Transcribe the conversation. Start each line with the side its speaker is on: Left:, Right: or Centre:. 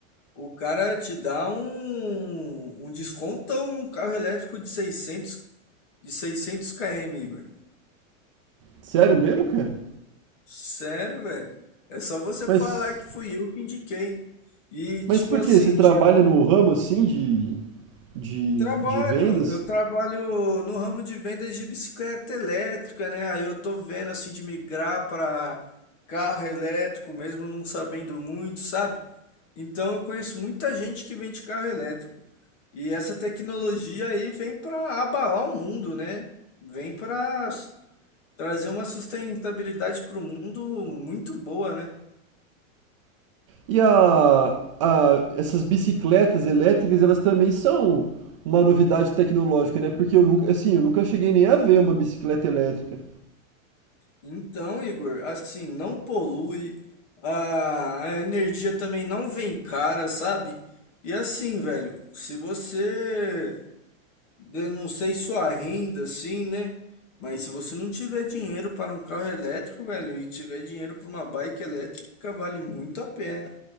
Left: o cara te dá um, um descontão num carro elétrico de seiscentos de seiscentos km, Igor.
Right: Sério mesmo, cara?
Left: Sério, velho. É só você
Right: Mas.
Left: falar que fui eu que indiquei. E, tipo
Right: Mas por
Left: assim,
Right: quê? Você trabalha
Left: de, eu
Right: no ramo assim de, de,
Left: trabalho,
Right: de vendas?
Left: eu trabalho no ramo de vendas de bicicleta elétrica, né? Aí eu tô vendo, assim, de migrar para carro elétrico, mesmo não sabendo muito, sabe? Então eu conheço muita gente que vende carro elétrico. E essa tecnologia aí vem para abalar o mundo, né? Vem para trazer uma sustentabilidade para o mundo muito boa, né?
Right: E a, a, essas bicicletas elétricas, elas também são uma novidade tecnológica, né? Porque eu nunca, assim, eu nunca cheguei nem a ver uma bicicleta elétrica.
Left: Então, Igor, assim, não polui, a, a energia também não vem cara, sabe? E assim, velho, se você Eu não sei sua renda assim, né? Mas se você não tiver dinheiro para um carro elétrico, velho, e tiver dinheiro para uma bike elétrica, vale muito a pena.